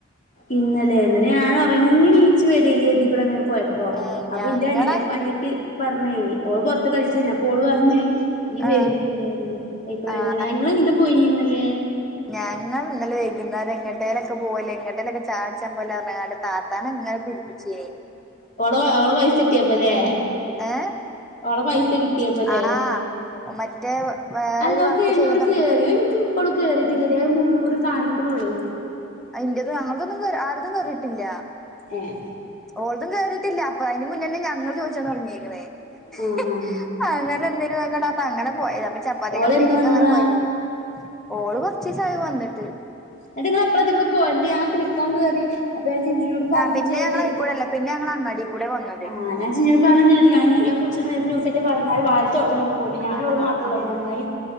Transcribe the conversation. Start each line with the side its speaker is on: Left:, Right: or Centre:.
Left: ഇന്നലെ ഇന്നലെ ഞാൻ ഒറങ്ങി നീച്ചു വരേ ഇയ്യ് തി കൂടെ ങ്ങനെ പോയ പ്പൊ.
Centre: ഏഹ്
Left: അപ്പൊ
Centre: ഞങ്ങളെ
Left: ഇന്റെ അനി അനിയത്തി പറഞ്ഞെ ഓള് പൊർത്ത് കളിച്ചേനി അപ്പോള് പറഞ്ഞ് ഇയ്യ്
Centre: ആഹ്
Left: വര്ന്ണ്ട് പർഞ് അയിക്കൂടെ
Centre: ആഹ്
Left: വര് ന്ണ്ട്. ഇങ്ങളെ ങ്ങട്ടാ പോയിന്യ ഇന്നലേ
Centre: ഞാൻങ്ങൾ ഇന്നലെ വൈകുന്നേരം എങ്ങട്ടേലൊക്കെ പോവല്ലേ എങ്ങട്ടേലൊക്കെ ചായുട്ച്ചാ പോവല്ലേ പർഞ്ങ്ങാണ്ട് താത്താനെ ഇങ്ങെനെ പിര് പിച്ചീനി
Left: ഓള ഓള പൈസ കിട്ടിയേപ്പല്ലേ
Centre: ഏ
Left: ഓളെ പൈസ കിട്ടിയേപ്പല്ലേ
Centre: ആഹ് മറ്റേ വേറൊരു
Left: അല്ലോക്ക്
Centre: വർക്ക്
Left: എഴുന്നൂറ്
Centre: ചെയ്യാൻ തുടങ്ങി
Left: കേറ്യോ? ഇൻക്ക് ഇപ്പളും കേറിയിട്ടില്ലടി അത് മുന്നൂറ് കാണിക്ക്ണൊള്ളൂ
Centre: അത് ൻ്റതും ഞങ്ങൾതൊന്നും കേറ് ആരതും കേറീട്ടില്ല
Left: ഏഹ്
Centre: ഓൾതും കേറിട്ടില്ല അപ്പൊ അയിന് മുന്നെന്നെ ഞങ്ങൾ ചോയിച്ചാ തൊട്ങ്ങി <unintelligible>
Left: ആഹ്
Centre: അങ്ങനെ എന്തേലും ന്നെക്കണ്ട് പർഞ് അങ്ങനെ പോയതാ. അപ്പ ചപ്പാത്തി
Left: ഓള്
Centre: കമ്പനീക്കങ്ങനെ
Left: എന്ന് വന്നതാ
Centre: പോയതേനി. ഓള് കൊർച്ചീസായി വന്നിട്ട്
Left: ഇന്നെട്ട് നിങ്ങള് എപ്പളാതിക്കൂടെ പോയത് ന്നട്ട് ഞാൻ കുളിക്കാൻ കേറി അപ്പൊ ഞാൻ ചിഞ്ചുനോട് പർഞ്ഞും
Centre: പിന്നെ
Left: ചെയ്ത്
Centre: ഞങ്ങള് അയിക്കൂടല്ല പിന്നെ ഞങ്ങൾ അങ്ങാടീകൂടെ വന്നത്
Left: ആഹ് ഞാൻ ചിഞ്ചുനോട് പറഞ്ഞും ചെയ്ത് ഞാൻ ഇഞ്ഞ് കുൾച്ച്ണ നേരത്ത് നുസ റ്റെ വന്നാൽ വാതില് തൊർന്നൊടു ക്കോണ്ടി. ഞാനും
Centre: ആഹ്
Left: ഇവളും മാത്രൊള്ളേനി.
Centre: ആഹ്
Left: അമ്മായിം